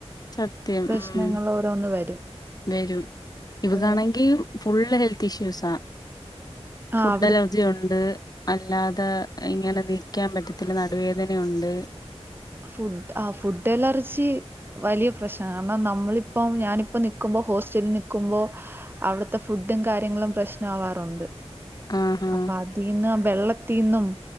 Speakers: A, on the left; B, on the right.
A: സത്യം
B: പ്രശ്നങ്ങള്
A: ഉം
B: ഓരോന്ന് വരും.
A: വരും ഇവക്കണെങ്കി
B: അത്
A: ഫുൾ ഹെൽത്ത് ഇഷ്യൂസ
B: ആഹ്
A: ഫുഡിലും
B: അവിടെ
A: ജി ഉണ്ട് അല്ലാതെ ഇങ്ങനെ നിൽക്കാൻ പറ്റത്തില്ല നടുവേദനഒണ്ട്
B: ഫുഡ് ആ ഫുഡ് അലർജി വലിയ പ്രശ്ന കാരണം നമ്മളിപ്പം ഞാനിപ്പോ നിക്കുമ്പോ ഹോസ്റ്റലിൽ നിക്കുമ്പോ അവിടുത്തെ ഫുഡും കാര്യങ്ങളും പ്രശ്നമാവാറുണ്ട്
A: ആഹാ
B: അപ്പൊ അ തിന്നും വെള്ളത്തിന്നും